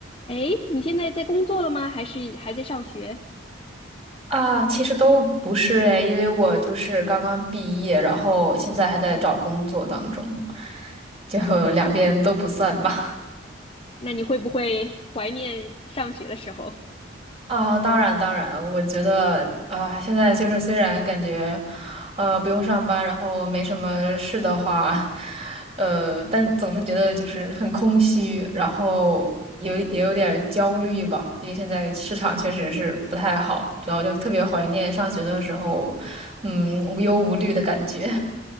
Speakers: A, on the left; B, on the right.
A: 诶，你现在在工作了吗？还是还在上学？
B: 啊，其实都不是诶，因为我就是刚刚毕业，然后现在还在找工作当中，就 <laughs> 两边都不算吧。
A: 那你会不会怀念上学的时候？
B: 啊，当然当然，我觉得啊，现在就是虽然感觉，呃，不用上班，然后没什么事的话，呃，但总是觉得就是很空虚，然后有也有点儿焦虑吧，毕竟现在市场确实是不太好，主要就特别怀念上学的时候，嗯，无忧无虑的感觉。